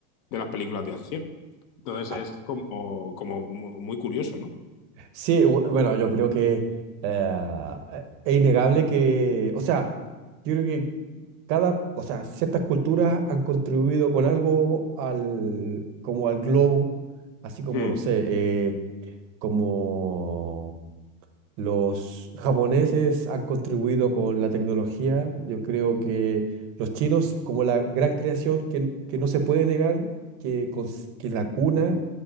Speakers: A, on the left (about 35°); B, on the right (about 30°).
A: de las películas de acción. Entonces
B: Ah,
A: es como, como mu- muy curioso, ¿no?
B: sí, bu- bueno, yo creo que eh, eh, es innegable que, o sea, yo creo que cada, o sea, ciertas culturas han contribuido con algo al, como al globo, así como,
A: Hmm.
B: no sé, eh, como Los japoneses han contribuido con la tecnología. Yo creo que los chinos, como la gran creación que, que no se puede negar, que, cons- que la cuna